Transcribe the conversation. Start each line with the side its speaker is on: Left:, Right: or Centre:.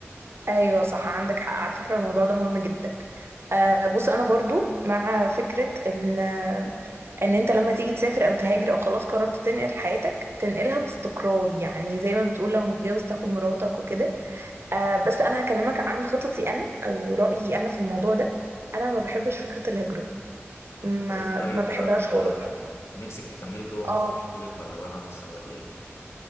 Right: ايوه صح عندك حق على فكرة الموضوع ده مهم جدا آه، بص انا برضو مع فكرة ان ان انت لما تيجي تسافر او تهاجر او خلاص قررت تنقل حياتك تنقلها باستقرار يعني زي ما بتقول لو متجوز تاخد مراتك وكده آه بس انا هكلمك عن خططي انا او رأيي انا في الموضوع ده انا ما بحبش فكرة الهجرة ما
Left: طب انت رايك
Right: ما بحبهاش
Left: ايه بقى في الموضوع
Right: خالص
Left: ده يعني نفسك تكملي جوه
Right: اه
Left: مصر شغلك ولا بره مصر ولا ايه